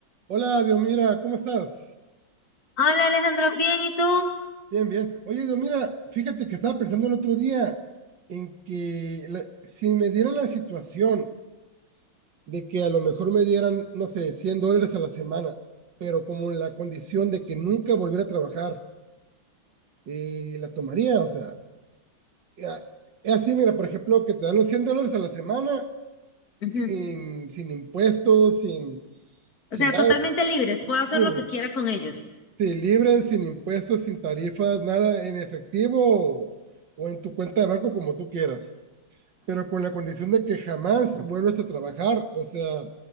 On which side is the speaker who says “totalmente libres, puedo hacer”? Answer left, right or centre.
Left